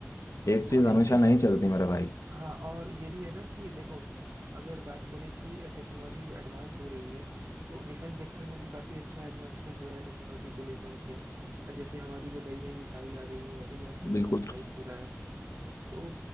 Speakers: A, on the left; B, on the right.
A: एक चीज
B: और
A: हमेशा
B: एक चीज
A: नहीं चलती मेरे भाई
B: हाँ और ये भी है ना कि देखो अगर बात करें कि टेक्नोलॉजी जो एडवांस हो रही है तो डिफेंस सेक्टर में भी काफ़ी अच्छा एडवांसमेंट हो रहा है टेक्नोलॉजी को लेकर के जैसे हमारी जो नई नई मिसाइल आ रही है एयर टू एयर
A: बिल्कुल
B: स्ट्राइक हो रहा है तो